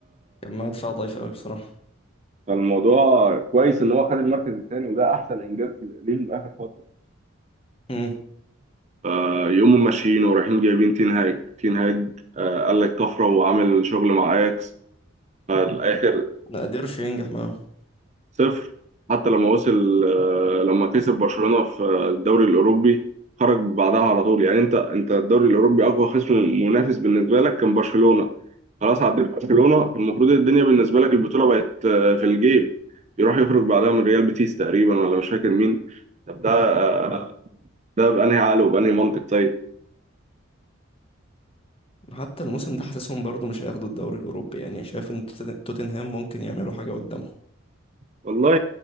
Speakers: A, on the left; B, on the right.
A: كان مع دفاع ضعيف قوي بصراحه
B: فالموضوع كويس ان هو خد المركز الثاني وده احسن انجاز ليه من اخر فتره
A: امم
B: آه يوم ماشيين ورايحين جايبين تين هاج تين هاج آه قال لك طفره وعامل شغل مع اياكس فالاخر
A: ما قدرش ينجح معاهم
B: صفر حتى لما وصل آه، لما كسب برشلونة في آه، الدوري الأوروبي خرج بعدها على طول يعني أنت أنت الدوري الأوروبي أقوى خصم منافس بالنسبة لك كان برشلونة خلاص عديت برشلونة المفروض الدنيا بالنسبة لك البطولة بقت آه، في الجيب يروح يخرج بعدها من ريال بيتيس تقريبا ولا مش فاكر مين طب ده آه،
A: امم
B: ده بأنهي عقل وبأنهي منطق طيب
A: حتى الموسم ده حاسسهم برضو مش هياخدوا الدوري الأوروبي يعني شايف إن توت- توتنهام ممكن يعملوا حاجة قدامهم
B: والله